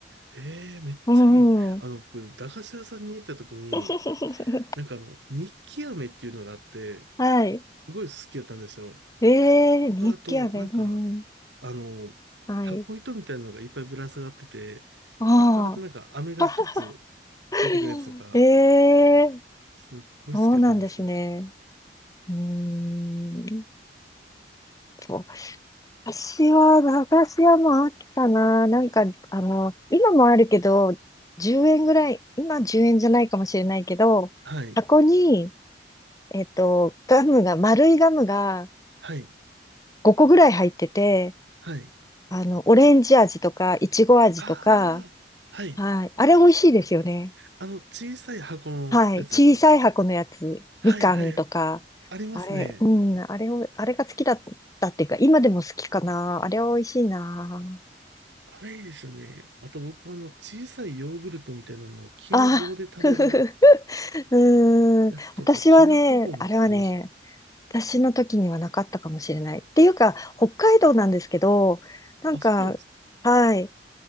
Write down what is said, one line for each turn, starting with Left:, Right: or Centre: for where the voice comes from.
Right: ええめっちゃいいな。
Left: うんうん。
Right: あの、僕、駄菓子屋さんに行った時に、
Left: <laughs>
Right: なんかあの、日記飴っていうのがあって、
Left: はい。
Right: すごい好きだったんですよ。
Left: ええー、
Right: とか、
Left: 日記飴。
Right: あと、なんか、
Left: うん。
Right: あの、
Left: はい。
Right: タコ糸みたいなのがいっぱいぶら下がってて、
Left: あ
Right: 引っ張るとなんか飴が一つ
Left: あ。<laughs>
Right: 出てくるやつとか、
Left: ええー、
Right: すっごい好きだったんですけど。
Left: そうなんですね。うーん。そう私は、駄菓子屋もあったな。なんか、あの、今もあるけど、10円ぐらい、今10円じゃないかもしれないけど、
Right: はい、
Left: 箱に、えっと、ガムが、丸いガムが
Right: はい、
Left: 5個ぐらい入ってて、
Right: はい。
Left: あの、オレンジ味とか、いちご味とか、
Right: ああ、はい。
Left: はい。あれ美味しいですよね。
Right: あの、小さい箱のやつですか。
Left: はい。小さい箱のやつ、
Right: はい、
Left: みかんとか、
Right: はい。ありますね。
Left: あれ、うん、あれを、あれが好きだったっていうか、今でも好きかな。あれは美味しいな。
Right: あれいいですよね。あと僕はあの小さいヨーグルトみたいなのを木の棒で食べる
Left: ああ。<laughs> うーん、
Right: やつとか、
Left: 私はね、
Right: きなこ棒もありましたね。
Left: あれはね、私の時にはなかったかもしれない。っていうか、北海道なんですけど、なんか、
Right: あ、そうなんです
Left: はい、